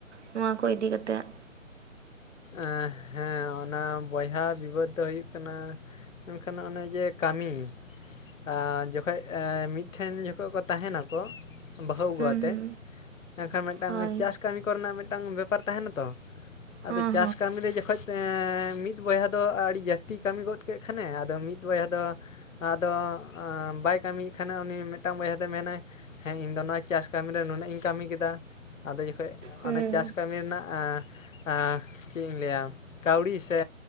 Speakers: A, on the right; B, on the left.
A: ᱱᱚᱣᱟ ᱠᱚ ᱤᱫᱤ ᱠᱟᱛᱮᱫ?
B: ᱮᱸ ᱦᱮᱸ ᱚᱱᱟ ᱵᱚᱭᱦᱟ ᱵᱤᱵᱟᱹᱫᱽ ᱫᱚ ᱦᱩᱭᱩ-ᱜ ᱠᱟᱱᱟ᱾ ᱢᱮᱱᱠᱷᱟᱱ ᱚᱱᱮ ᱡᱮ ᱠᱟᱹᱢᱤ ᱟᱨ ᱡᱚᱠᱷᱚᱡ ᱮᱸ ᱢᱤᱫᱴᱷᱮᱱ ᱡᱚᱠᱷᱚᱱ ᱠᱚ ᱛᱟᱦᱮᱱᱟᱠᱚ᱾ ᱵᱟᱦᱩ ᱟᱹᱜᱩ
A: ᱦᱩᱸ
B: ᱠᱟᱛᱮ
A: ᱦᱩᱸ
B: ᱾ ᱮᱱᱠᱷᱟᱱ ᱢᱤᱫᱴᱟᱝ
A: ᱦᱳᱭ
B: ᱪᱟᱥ ᱠᱟᱹᱢᱤ ᱠᱚᱨᱮᱱᱟ-ᱜ ᱢᱤᱫᱴᱟᱝ ᱵᱮᱯᱟᱨ ᱛᱟᱦᱮᱱᱟ ᱛᱚ᱾ ᱟᱫᱚ
A: ᱦᱮᱸ
B: ᱪᱟᱥ ᱠᱟᱹᱢᱤ ᱨᱮ ᱡᱚᱠᱷᱚᱱ ᱢᱤᱫ ᱵᱚᱭᱦᱟ ᱫᱚ, ᱟᱹᱰᱤ ᱡᱟᱹᱥᱛᱤᱭ ᱠᱟᱹᱢᱤ ᱜᱚᱫ ᱠᱮᱫ ᱠᱷᱟᱱᱮ᱾ ᱟᱫᱚ ᱢᱤᱫ ᱵᱚᱭᱦᱟ ᱫᱚ ᱟᱫᱚ ᱵᱟᱭ ᱠᱟᱹᱢᱤᱭᱮᱫ ᱠᱷᱟᱱ ᱾ᱩᱱᱤ ᱢᱤᱫᱴᱟᱝ ᱵᱚᱭᱦᱟ ᱫᱚᱭ ᱢᱮᱱᱟᱭ᱾ ᱦᱮᱸ ᱤᱧ ᱫᱚ ᱱᱚᱣᱟ ᱪᱟᱥ ᱠᱟᱹᱢᱤᱨᱮ ᱱᱩᱱᱟᱹᱜ ᱤᱧ ᱠᱟᱹᱢᱤ ᱠᱮᱫᱟ᱾ ᱟᱫᱚ ᱡᱚᱠᱷᱚᱱ
A: ᱦᱮᱸ
B: ᱚᱱᱮ ᱪᱟᱥ ᱠᱟᱹᱢᱤ ᱨᱮᱱᱟ-ᱜ ᱪᱮᱫ ᱤᱧ ᱞᱟᱹᱭᱟ᱾ ᱠᱟᱹᱣᱰᱤ ᱥᱮ